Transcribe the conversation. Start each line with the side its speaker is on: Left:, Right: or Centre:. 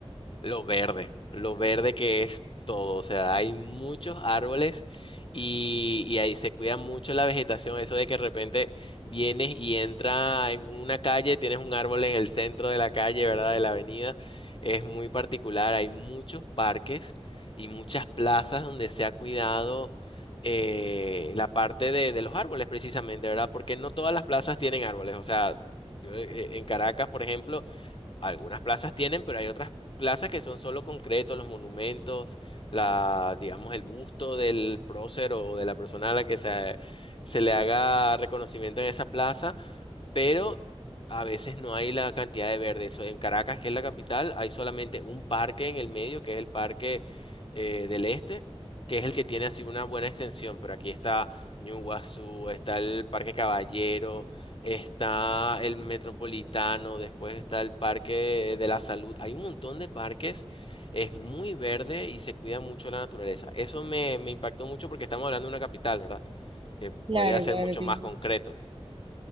Left: Lo verde, lo verde que es todo, o sea, hay muchos árboles y, y ahí se cuida mucho la vegetación, eso de que de repente vienes y entra en una calle, tienes un árbol en el centro de la calle, ¿verdad? De la avenida, es muy particular, hay muchos parques y muchas plazas donde se ha cuidado eh, la parte de, de los árboles precisamente, ¿verdad? Porque no todas las plazas tienen árboles, o sea, yo eh, en Caracas, por ejemplo, algunas plazas tienen, pero hay otras plazas que son solo concretos, los monumentos, la, digamos, el busto del prócer o de la persona a la que se, se le haga reconocimiento en esa plaza pero a veces no hay la cantidad de verde. Eso, en Caracas, que es la capital, hay solamente un parque en el medio, que es el Parque eh, del Este, que es el que tiene así una buena extensión, pero aquí está Ñuguazú, está el Parque Caballero, está el Metropolitano, después está el Parque de la Salud. Hay un montón de parques. Es muy verde y se cuida mucho la naturaleza. Eso me, me impactó mucho porque estamos hablando de una capital, ¿verdad? Que
Right: Claro,
Left: podría ser
Right: claro,
Left: mucho
Right: claro.
Left: más concreto.